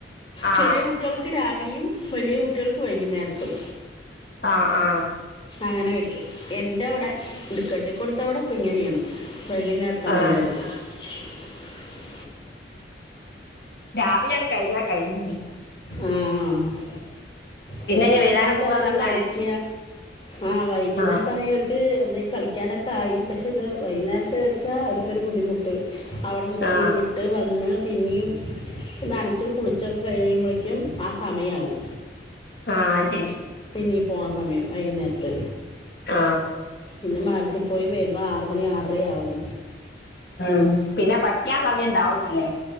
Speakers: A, on the left; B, on the left.
A: ആ
B: ചെറിയ കുട്ടികൾക്ക് രാവിലെയും വലിയ കുട്ടികൾക്ക് വൈകുന്നേരത്തും
A: ആ ആ
B: അങ്ങനെ വെയ് എന്റെ അവിടെ ഇടുക്കെട്ടിക്കൊടുത്തവിടെ ഇപ്പ ഇങ്ങനെയാണ് വൈകുന്നേരത്താണ്
A: ആ
B: എല്ലാവർക്കും <inaudible>
A: രാവിലെ അത് കഴിഞ്ഞാ കഴിഞ്ഞു
B: ആഹ് ആഹ് പിന്നെ
A: ഇനി
B: വൈകുന്നേരത്തെ
A: വൈകുന്നേരം പോകാന്ന്
B: അവർക്ക്
A: പറഞ്ഞാൽ
B: കളിക്ക, ആഹ് വൈകുന്നേരത്താണെങ്കി
A: ആ
B: അവർക്ക് കളിക്കാനൊക്കെ ആയി പക്ഷെ ഇത് വൈകുന്നേരത്തെ വെച്ചാ അവർക്കൊരു ബുദ്ധിമുട്ട് അവിടെന്ന് സ്കൂൾ
A: ആ
B: വിട്ട് വന്ന് പിന്നെയും നനച്ച് കുളിച്ചൊക്കെ കഴിയുമ്പളേക്കും ആ സമയാവും
A: ആ ശരി
B: നീ പോണ സമയം വൈകുന്നേരത്ത്
A: ആ
B: പിന്നെ <unintelligible> പോയി വരുമ്പോൾ ആറ് മണി ആറരയാവും
A: ഉം പിന്നെ പഠിക്കാൻ സമയം ഉണ്ടാവില്ല അല്ലേ